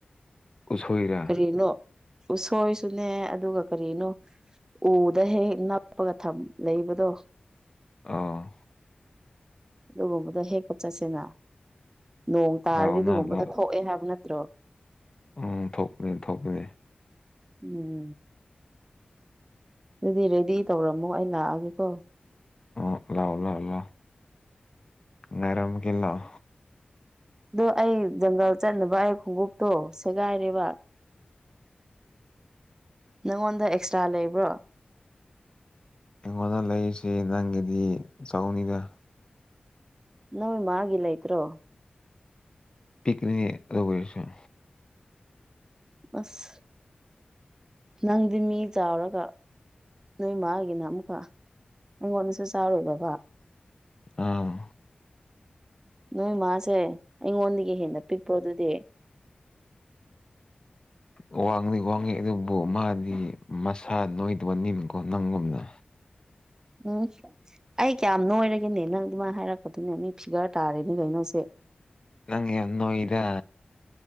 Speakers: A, on the left (about 30°); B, on the right (about 20°).
A: ꯎꯁꯣꯏꯔ
B: ꯀꯔꯤꯅꯣ ꯎꯁꯣꯏꯁꯨꯅꯦ ꯑꯗꯨꯒ ꯀꯔꯤꯅꯣ ꯎꯗ ꯍꯦꯛ ꯍꯦꯛ ꯅꯞꯄꯒ ꯊꯝ ꯂꯩꯕꯗꯣ
A: ꯑꯧ
B: ꯑꯗꯨꯒꯨꯝꯕꯗꯣ ꯍꯦꯛꯄ ꯆꯠꯁꯦꯅ ꯅꯣꯡ ꯇꯥꯔꯗꯤ
A: ꯂꯥꯛꯑꯣꯅ
B: ꯑꯗꯨꯒꯨꯝꯕꯗꯣ
A: ꯂꯥꯛ
B: ꯊꯣꯛꯑꯦ ꯍꯥꯏꯕ ꯅꯠꯇ꯭ꯔꯣ
A: ꯎꯝ ꯊꯣꯛꯄꯅꯤ ꯊꯣꯛꯄꯅꯦ
B: ꯎꯝ ꯑꯗꯨꯗꯤ ꯔꯦꯗꯤ ꯇꯧꯔꯝꯃꯣ ꯑꯩ ꯂꯥꯛꯑꯒꯦꯀꯣ
A: ꯑꯣ ꯂꯑꯣ ꯂꯑꯣ ꯂꯑꯣ ꯉꯔꯝꯒꯦ ꯂꯑꯣ
B: ꯑꯗꯣ ꯑꯩ ꯖꯪꯒꯜ ꯆꯠꯅꯕ ꯑꯩ ꯈꯣꯡꯎꯞꯇꯣ ꯁꯦꯒꯥꯏꯔꯦꯕ ꯅꯪꯉꯣꯟꯗ ꯑꯦꯛꯁꯇ꯭ꯔꯥ ꯂꯩꯕ꯭ꯔꯣ
A: ꯑꯩꯉꯣꯟꯗ ꯂꯩꯔꯤꯁꯤ ꯅꯪꯒꯤꯗꯤ ꯆꯥꯎꯅꯤꯗ
B: ꯅꯧ ꯃꯥꯒꯤꯂꯥꯏ꯭ꯔꯣ
A: ꯄꯤꯛꯅꯤꯁꯟ
B: ꯑꯁ ꯅꯪꯗꯤ ꯃꯤ ꯆꯥꯎꯔꯒ ꯅꯣꯏ ꯃꯥꯒꯤꯅ ꯑꯃꯨꯛꯀ ꯑꯩꯉꯣꯟꯗꯁꯨ ꯆꯥꯎꯥꯔꯣꯏꯗꯕ
A: ꯑꯥ
B: ꯅꯣꯏ ꯃꯥꯁꯦ ꯑꯩꯉꯣꯟꯗꯒꯤ ꯍꯦꯟꯅ ꯄꯤꯛꯄ꯭ꯔꯣ ꯑꯗꯨꯗꯤ
A: <inaudible> ꯋꯥꯡꯉꯤ ꯋꯥꯡꯉꯤ ꯑꯗꯨꯕꯨ ꯃꯥꯗꯤ ꯃꯁꯥ ꯅꯣꯏꯗꯧ ꯅꯤꯃꯤꯀꯣ ꯅꯪꯒꯨꯝꯅ
B: ꯎꯝ ꯑꯩ ꯀꯌꯥꯝ ꯅꯣꯏꯔꯒꯦꯅꯦ ꯅꯪ ꯑꯗꯨꯃꯥꯏꯅ ꯍꯥꯏꯔꯛꯄꯗꯨꯅꯦ ꯃꯤ ꯐꯤꯒꯔ ꯇꯥꯔꯦꯅꯤ ꯀꯩꯅꯣꯁꯦ
A: ꯅꯪ ꯌ ꯅꯣ ꯏꯗ